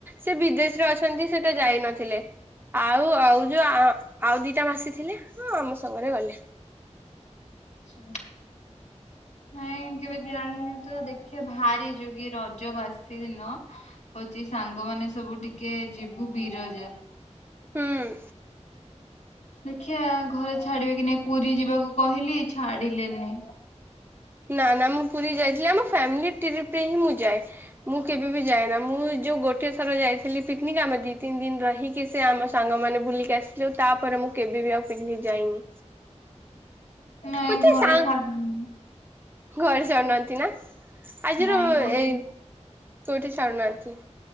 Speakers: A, on the right; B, on the left.
A: ସେ ବିଦେଶ ରେ ଅଛନ୍ତି ସେ ତ ଯାଇ ନଥିଲେ। ଆଉ ଆଉ ଯୋଉ ଆ ଆଉ ଦିଟା ମାଉସି ଥିଲେ ହଁ ଆମ ସାଙ୍ଗରେ ଗଲେ।
B: ଆଛା। ନାଇଁ କେବେ ଯାଣିନି ତ ଦେଖିଆ ଭାରି ଯୁଗି ରଜ ବାସି ଦିନ ହଉଚି ସାଙ୍ଗମାନେ ସବୁ ଟିକେ ଯିବୁ ବିରଜା।
A: ହୁଁ।
B: ଦେଖିଆ ଘରେ ଛାଡିବେ କି ନାଇଁ ପୁରୀ ଯିବାକୁ କହିଲି ଛାଡିଲେନି।
A: ନା ନା ମୁଁ ପୁରୀ ଯାଇଥିଲି ଆମ ଫ୍ୟାମିଲି ଟ୍ରିପି ରେ ହିଁ ମୁଁ ଯାଏ। ମୁଁ କେବେ ବି ଯାଏନା ମୁଁ ଯୋଉ ଗୋଟେ ଥର ଯାଇଥିଲି ପିନିକି ଆମେ ଦି ତିନି ଦିନ ରହିକି କି ସେ ଆମ ସାଙ୍ଗମାନେ ବୁଲିକି ଆସଚୁ ତାପରେ ମୁଁ କେବେ ବିି ଆଉ ପିକନିକ ଯାଇନି।
B: ନାଇଁ
A: ମତେ
B: ଘରେ
A: ସାଙ୍ଗ
B: ଛାଡୁନା
A: ଘରେ ଛାଡୁନାହାନ୍ତି ନା ଆଜିର
B: ନାଇଁ କହୁଛନ୍ତି।
A: ଏଇ କୋଉଠି ଛାଡୁନାହାନ୍ତି।